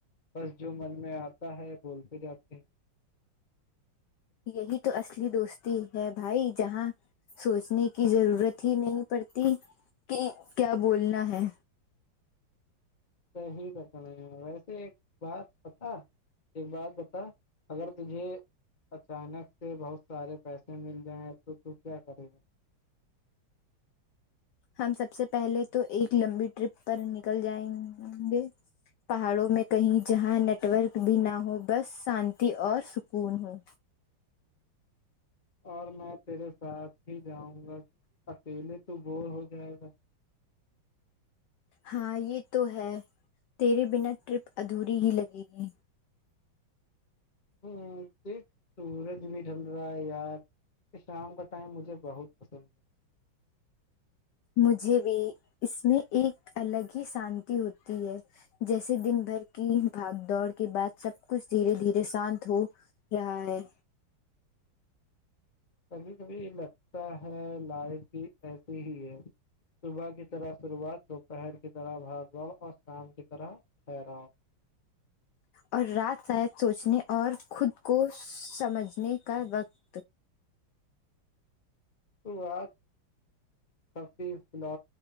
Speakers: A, on the left; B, on the left.
A: بس جو من میں آتا ہے بولتے جاتے ہیں
B: یہی تو اصلی دوستی ہے بھائی جہاں سوچنے کی ضرورت ہی نہیں پڑتی کہ کیا بولنا ہے
A: صح ہی رک رہے ہیں ویسے ایک بات پتا ایک بات بتا اگر تجھے اچانک سے بہت سارے پیسے مل جائیں ہیں تو تو کیا کرے گا
B: ہم سب سے پہلے تو ایک لمبی ٹرپ پر نکل جائیں گے پہاڑوں میں کہیں جہاں نیٹورک بھی نہ ہو بس شانتی اور سکون ہو
A: اور میں تیرے ساتھ ہی جاؤں گا اکیلے تو بور ہو جائے گا
B: ہاں یہ تو ہے تیرے بنا ٹرپ ادھوری ہی لگے گی
A: ہوں دیکھ سورج بھی ڈٹھل رہا ہے یار یہ شام کا ٹائم مجھے بہت پسند ہے
B: مجھے بھی اس میں ایک الگ ہی شانتی ہوتی ہے جیسے دن بھر کی بھگ دوڑ کے بعد سب کچھ دھیرے دھیرے شانت ہو رہا ہے
A: کبھی کبھی لگتا ہے لائف بھی ایسے ہی ہے صبح کی طرح شروعات دوپہر کی طرح بھاگواؤ اور شام کی طرح ٹھہراؤ
B: اور رات ریت سوچنے اور خود کو سمجھنے کا وقت
A: تو بج کافی ف